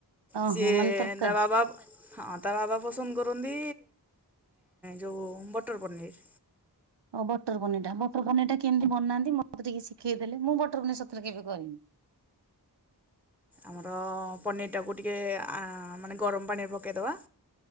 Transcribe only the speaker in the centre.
ସିଏ
ଢ଼ାବା ବାବୁ। ହଁ ତା ବାବା ପସନ୍ଦ କରନ୍ତି ଯେଉଁ ବଟର ପନିର୍।
ଆମର ପନିର ଟାକୁ ଟିକେ ଆ- ମାନେ ଗରମ ପାଣିିରେ ପକେଇଦବା।